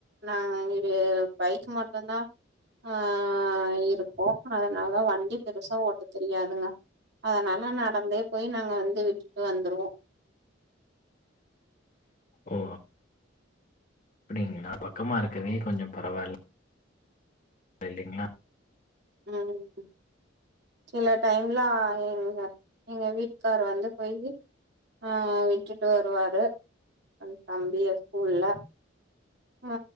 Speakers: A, on the right (about 60°); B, on the left (about 40°).
A: நா <unintelligible> பைக் மட்டுந்தா ஆ இருக்கு அதனால வண்டி பெருசா ஓட்ட தெரியாதுங்க அதனால நா நடந்தே போய் நாங்க வந்து விட்டுட்டு வந்துருவோ
B: ஓ அப்டிங்ளா பக்கமா இருக்கவே கொஞ்சம் பரவால இல்லைங்ளா
A: ம் சில டைமெல்லா எங்க எங்க வீட்டுக்கார் வந்து போய் ஆ விட்டுட்டு வருவாரு அந் தம்பிய ஸ்கூல்ல ஆ